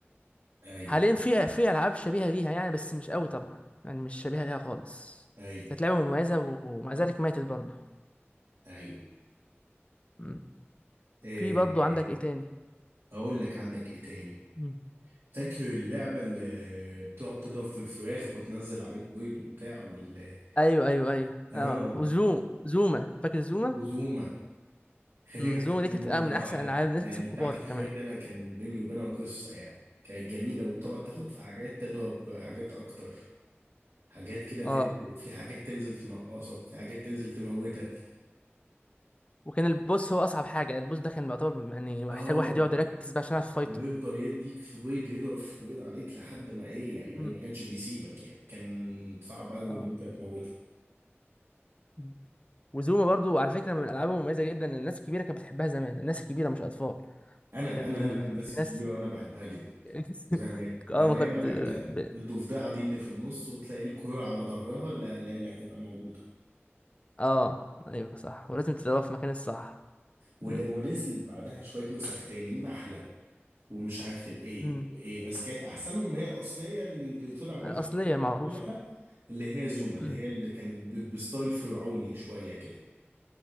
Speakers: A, on the right; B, on the left.
A: ايوه
B: حاليا في في العاب شبيهه ليها يعني بس مش قوي طبعا يعني مش شبيهه ليها خالص
A: ايوه
B: كانت لعبه مميزه و- ومع ذلك ماتت برضه
A: ايوه
B: مم.
A: إيه
B: في برضه عندك ايه تاني
A: اقول لك عندك ايه تاني
B: مم.
A: فاكر اللعبة اللي بتقعد تضرب في الفراخ وتنزل عليك بيض وبتاع وال
B: ايوه ايوه ايوه
A: اه
B: اه وزوم زوما فاكر زوما
A: وزوما خلينا
B: مم،
A: نفتكرهم
B: زوما دي كانت
A: واحدة
B: من احسن
A: واحدة
B: العاب الناس
A: يعني
B: الكبار
A: بتاعة الفراخ
B: كمان
A: دي أنا كان بيني وبينها قصة يعني كانت جميلة وتقعد تاخد
B: مم.
A: في حاجات تضرب حاجات أكتر حاجات كده تنزل
B: اه
A: وفي حاجات تنزل تنقصك وفي حاجات تنزل تموتك
B: وكان البوس هو اصعب حاجه البوس ده كان بيعتبر يعني محتاج
A: اه
B: واحد يقعد يركز بقى عشان يعرف يفايته
A: ويفضل يديك في بيض يضرب في بيض عليك لحد ما ايه يعني ما
B: مم.
A: ما كانش بيسيبك يعني كان صعب قوي
B: اه
A: ان انت تموته
B: مم. وزوما برضو على فكره من الالعاب المميزه جدا الناس الكبيره كانت بتحبها زمان الناس الكبيره مش اطفال
A: انا
B: كان
A: انا انا من الناس
B: في
A: الكبيره
B: ناس
A: وانا بحبها جدا
B: <laughs>
A: زمان
B: اه
A: ده انا
B: ما كنت
A: ياما لعبتها
B: ب...
A: الضفدعه دي اللي في النص وتلاقي الكوره على ظهرها اللي اللي هتبقى موجوده
B: اه ايوه صح ولازم تدورها في المكان الصح
A: ول-
B: مم.
A: ونزل بعدها شوية نسخ تاني النحلة ومش عارف الايه
B: امم
A: ايه بس كانت احسنهم هي الاصلية اللي اللي طلع منها
B: الأصلية
A: الحاجات
B: المعروفة
A: دي كلها اللي هي زوما
B: مم.
A: اللي هي اللي كانت ب- بستايل فرعوني شوية كده